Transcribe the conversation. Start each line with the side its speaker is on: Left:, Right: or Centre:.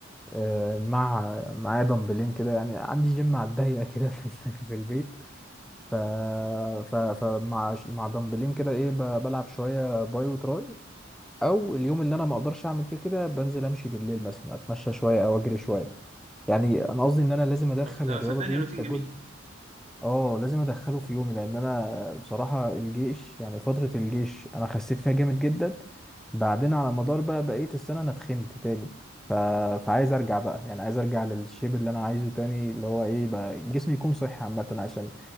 Centre: أه مع معايا دمبلين كده يعني عندي جيم على الضيقه كده في <laughs> في البيت ف ف فمع مع دمبلين كده ايه ب- بلعب شويه باي وتراي او اليوم اللي انا ما اقدرش اعمل فيه كده بنزل امشي بالليل مثلا اتمشى شويه او اجري شويه يعني انا قصدي ان انا لازم ادخل
Right: أو-
Centre: الرياضه
Right: آه، صدقني
Centre: دي
Right: روتين
Centre: كجزء
Right: جميل
Centre: اه لازم ادخله في يومي لان انا بصراحه الجيش يعني فتره الجيش انا خسيت فيها جامد جدا بعدين على مدار بقى بقيه السنه انا اتخنت تاني ف... فعايز ارجع بقى يعني عايز ارجع للشيب اللي انا عايزه تاني اللي هو ايه بقى جسمي يكون صحي عامه عشان